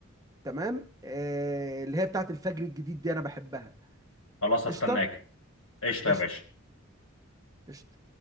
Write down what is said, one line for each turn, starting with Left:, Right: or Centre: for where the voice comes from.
Right: تمام آه اللي هي بتاعت الفجر الجديد دي انا بحبها
Left: خلاص هستناك
Right: قشطه
Left: قشطه
Right: قشطه
Left: يا باشا
Right: قشطه